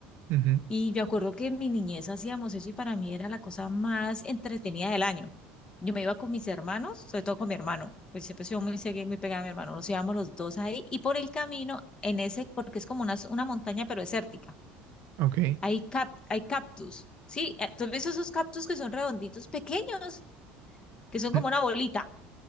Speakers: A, on the right (about 55°); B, on the left (about 20°).
A: Ujú,
B: Y me acuerdo que en mi niñez hacíamos eso y para mí era la cosa más entretenida del año. Yo me iba con mis hermanos, sobre todo con mi hermano, pues siempre he sido muy seguida, muy pegada a mi hermano. Nos íbamos los dos ahí y por el camino, en ese, porque es como una, una montaña pero desértica,
A: Ok.
B: hay, cap, hay cactus, ¿sí? Entonces ves esos cactus que son redonditos pequeños, que son como
A: Mm.
B: una bolita,